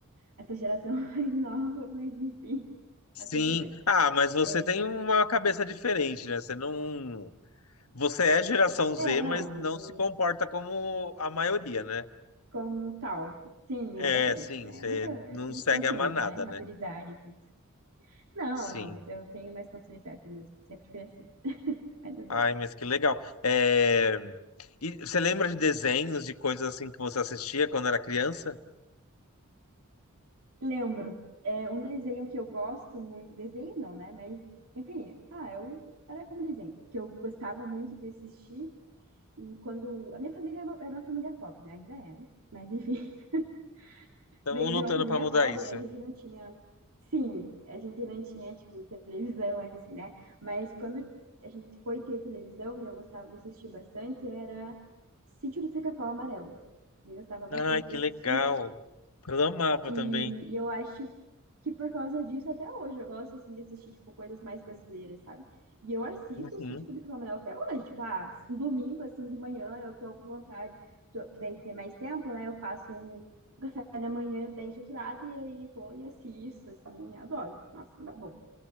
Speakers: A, on the right; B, on the left.
A: a essa geração <laughs> mais nova, mas enfim,
B: Sim.
A: tá tudo bem.
B: Ah, mas você
A: É,
B: tem uma cabeça diferente, né? Você não... Você é geração Z,
A: é, não,
B: mas não se comporta como a maioria, né?
A: como tal, sim,
B: É,
A: ainda tem,
B: sim.
A: né?
B: Você
A: Muita, eu
B: não
A: tenho
B: segue
A: consciência,
B: a manada,
A: né? Maturidade
B: né?
A: e tudo. Não,
B: Sim.
A: não, eu tenho mais maturidade mesmo, sempre fui assim. Ainda bem.
B: Ai, mas que legal. É... E você lembra de desenhos, de coisas assim que você assistia quando era criança?
A: Lembro, é um desenho que eu gosto muito, desenho não, né? Mas, enfim, ah, eu era como desenho, que eu gostava muito de assistir. E quando a minha família era uma era uma família pobre, né? Ainda é, né? Mas enfim, <laughs>
B: Estamos
A: veio
B: lutando
A: de uma família
B: para mudar
A: pobre,
B: isso.
A: a gente não tinha, sim, a gente não tinha tipo televisão assim, né? Mas quando a gente foi ter televisão e eu gostava de assistir bastante, era Sítio do Pica-Pau Amarelo. Eu gostava bastante
B: Ai, que
A: de assistir
B: legal. Eu amava
A: E,
B: também.
A: eu acho que por causa disso, até hoje, eu gosto, assim, de assistir, tipo, coisas mais brasileiras, sabe? E eu assisto
B: Uhum.
A: o Sítio do Pica-Pau até hoje, tipo, ah, um domingo, assim, de manhã, eu tô com vontade, tô, que daí tem mais tempo, né? Eu faço um, um café da manhã bem estruturado e aí vou e assisto, assim, adoro. Nossa, muito bom.